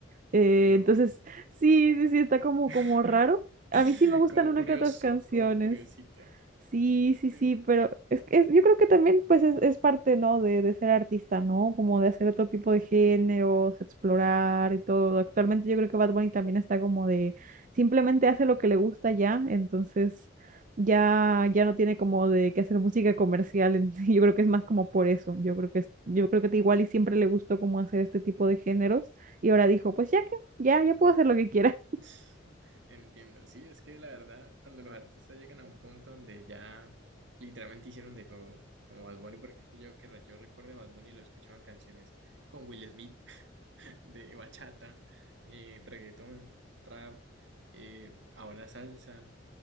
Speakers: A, on the right; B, on the right.
A: Eh,
B: te lo
A: entonces,
B: juro.
A: sí, sí, sí, está como,
B: <laughs>
A: como raro. A mí sí me gustan
B: Como
A: una
B: curioso,
A: que otras canciones.
B: como curiosito.
A: Sí, sí,
B: Pero
A: sí, pero es que es- yo creo que también pues es, es parte, ¿no? De, de ser artista, ¿no? Como de hacer otro tipo de géneros, explorar y todo. Actualmente yo creo que Bad Bunny también está como de simplemente hace lo que le gusta ya, entonces ya ya
B: ya.
A: no tiene como de que hacer música comercial. en- <laughs> Yo creo que es más como por eso. Yo creo que es, yo creo que igual y siempre le gustó como hacer este tipo de géneros y ahora dijo, pues ya que ya ya puedo hacer lo que quiera.
B: <laughs> Entiendo, sí, es que la verdad, cuando los artistas llegan a un punto donde ya literalmente hicieron de todo, como Bad Bunny, porque es que yo que re- yo recuerdo a Bad Bunny lo escuchaba en canciones con Will Smith, <laughs> de bachata, eh, reggaetón, trap, eh, ahora salsa.